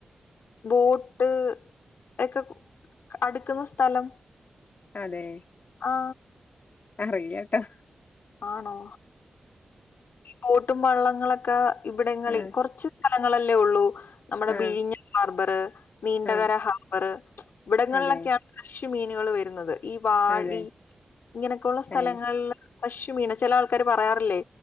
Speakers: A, on the left; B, on the left.
A: ബോട്ട് ഒക്കെ അടുക്കുന്ന സ്ഥലം
B: അതെ
A: ആ
B: അറിയാ ട്ടോ
A: ആണോ ബോട്ടും വള്ളങ്ങളൊക്കെ ഇവിടങ്ങളിൽ
B: ആഹ്
A: കൊറച്ച് സ്ഥലങ്ങളല്ലേ ഉള്ളൂ നമ്മുടെ
B: ആഹ്
A: വിഴിഞ്ഞ ഹാർബറ് നീണ്ടകര
B: ആഹ്
A: ഹാർബറ് ഇവിടങ്ങളിലൊക്കെയാണ്
B: അതെ
A: ഫ്രഷ് മീൻ ങ്ങള് വരുന്നത് ഈ വാടി
B: അതെ
A: ഇങ്ങനൊക്കെ ഉള്ള സ്ഥലങ്ങളില്
B: ഏഹ്
A: ഫ്രഷ് മീനാ ചേല ആൾക്കാര് പറയാറില്ലേ